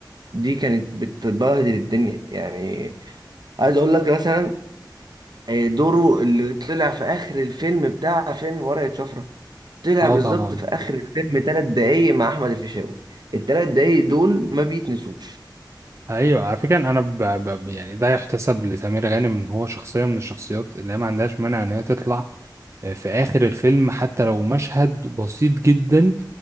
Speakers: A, on the right; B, on the right.
A: دي كانت بتبهدل الدنيا يعني عايز اقول لك مثلا آه، دوره اللي طلع في اخر الفيلم بتاع فيلم ورقة شفرة طلع
B: اه
A: بالظبط
B: طبعا
A: في اخر الفيلم ثلاث دقايق مع احمد الفيشاوي الثلاث دقايق دول ما بيتنسوش
B: ايوه على فكره انا ب... ب... يعني ده يحتسب لسمير غانم ان هو شخصيه من الشخصيات اللي هي ما عندهاش مانع ان هي تطلع آه، في آخر الفيلم حتى لو مشهد بسيط جدا